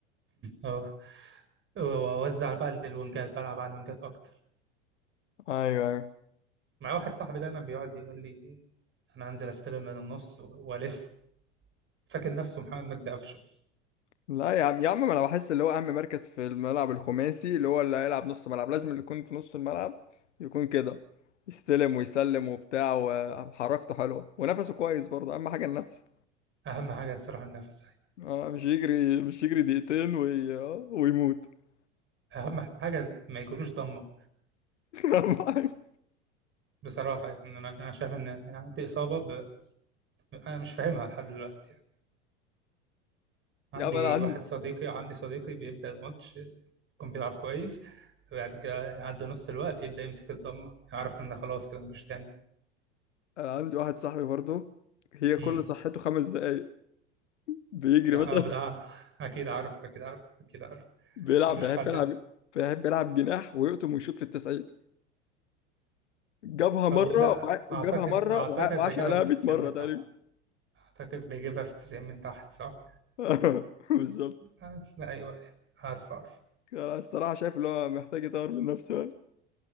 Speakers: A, on the right; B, on the left.
A: اه و- واوزع بقى للونجات بلعب على الونجات اكتر
B: ايوه ايوه
A: مع واحد صاحبي دايما بيقعد يقول لي انا هنزل استلم من النص و- والف فاكر نفسه محمد مجدي قفشه
B: لا يا عم يا عم ما انا بحس اللي هو اهم مركز في الملعب الخماسي اللي هو اللي هيلعب نص ملعب لازم اللي يكون في نص الملعب يكون كده يستلم ويسلم وبتاع وحركته حلوه ونفسه كويس برضه اهم حاجه النفس
A: اهم حاجه الصراحه النفس
B: آه مش يجري مش يجري دقيقتين وي... آه، ويموت <laughs>
A: اهم حاجه ما يجروش ضمه
B: أهم حاجة.
A: بصراحه يعني انا انا شايف ان يعني دي اصابه ب... ب- انا مش فاهمها لحد دلوقتي يعني. عندي
B: يا عم انا عندي
A: واحد صديقي عندي صديقي بيبدا الماتش يكون بيلعب كويس وبعد كده يعدي نص الوقت يبدا يمسك الضمه يعرف ان خلاص كده مفيش
B: انا عندي واحد صاحبي برضه هي
A: تاني
B: كل صحته خمس دقايق بيجري
A: س- اه
B: مثلا
A: آه، اكيد عارف اكيد عارف اكيد عارف
B: بيلعب
A: ملوش
B: بيحب
A: حل
B: يلعب بيحب يلعب جناح ويقطم ويشوط في التسعين جابها مرة
A: او لا
B: وع... جابها
A: اعتقد
B: مرة
A: اعتقد
B: وع... وعاش
A: بيجيبها
B: عليها
A: في التسعين
B: 100 مرة
A: من
B: تقريبا
A: تحت اعتقد بيجيبها في التسعين من تحت صح
B: <laughs> بالظبط
A: آه، لا، ايوه أيوة، عارف عارف
B: انا الصراحة شايف اللي هو محتاج يطور من نفسه